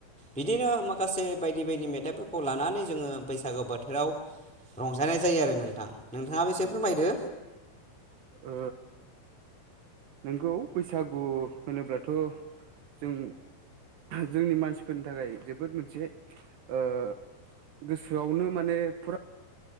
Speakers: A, in the centre; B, on the right.
A: बिदिनो माखासे बायदि बायदि मेथाइफोरखौ लानानै जोङो बैसागो बोथोराव रंजानाय जायो आरो नोंथां नोंथाङाबो एसे
B: औ
A: फोरमायदो
B: ओ नोंगौ बैसागु होनोब्लाथ' जों जोंनि मानसिफोरनि थाखाय जोबोद मोनसे ओ गोसोआवनो माने फुरा